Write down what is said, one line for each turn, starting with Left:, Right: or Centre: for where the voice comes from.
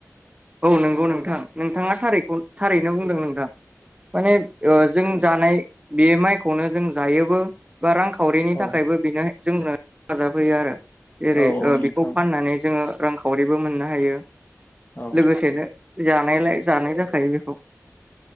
Right: औ नंगौ नोंथां नोंथाङा थारैखौ थारैनो बुंदों नोंथां माने ओ जों जानाय बे माइखौनो जों जायोबो बा रांखावरिनि
Left: औ
Right: थाखायबो बेनो जोंनो हेफाजाब होयो आरो जेरै
Left: औ औ नोंथां
Right: बेखौ फाननानै जोङो रांखावरिबो मोननो हायो
Left: औ
Right: लोगोसेनो जानायलाय जानाय जाखायो बेखौ